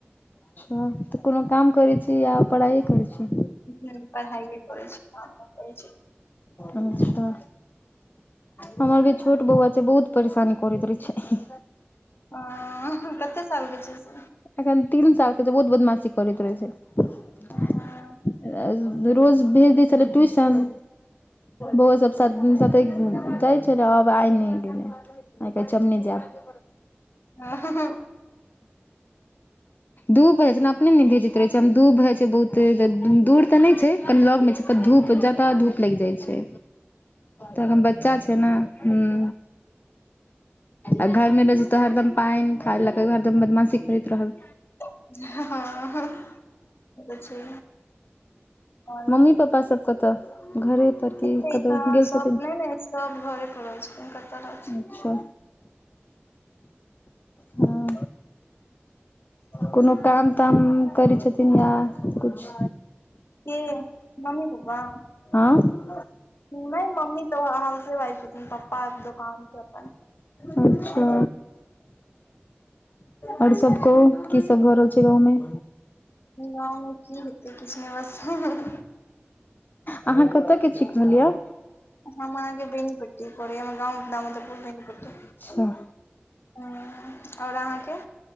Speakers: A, on the left; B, on the left.
A: अच्छा, तऽ कोनो काम करैत छी या पढ़ाइए करैत छी।
B: हम पढ़ाइए करै छी, काम नै करै छी।
A: अच्छा। हमर अभी छोट बौआ छै बहुत परेशानी करैत रहै छै।
B: हाँ, कते साल के छै से।
A: एखन तीन साल के छै बहुत बदमाशी करैत रहे छै।
B: हँ
A: रोज भेज देय छलिये ट्यूशन, बौवा सब साथे साथे जाइत फेर आब आइ नै गेलै आइ, कहै छै हम नहि जायब।
B: हा- हा- हा।
A: दू भेज ने अपने न भेज त कहै छै धूप होइ छै, बहुत दूर तऽ नहि छै कनी लॅगमे मे छै त धूप जादा धूप लागि जाइ छै। तखन बच्चा छै ने हुं। आ घर मे रहै छै तऽ हरदम पानि खाय ल क हरदम बदमाशी करैत रहल।
B: हँ- हँ- ह ओ त छै। आओर
A: मम्मी पप्पा सब कतऽ घरे पर की
B: एतेक
A: कतहु
B: त
A: गेल
B: सब
A: छथिन
B: नै नै सब घरे पड़ रहै छथीन, कतऽ रह
A: अच्छा, हँ। कोनो
B: हँ
A: काम ताम करै छथिन या किछु
B: के, मम्मी पप्पा।
A: हँ।
B: नहि मम्मी त हाउसे वाइफ छथीन पप्पा दुकान छैन अपन।
A: अच्छा। और सब कहू की सब भऽ रहल छै गाँव में।
B: गाँंव मे की हेतै किछु नहि बस ह-ह- ह -ह।
A: अहाँ कतऽके छी कहलियै।
B: हम अहाँके बेनिपट्टी कोरियावां गाम दामोदरपुर बेनिपट्टी।
A: अच्छा
B: हँ और अहाँके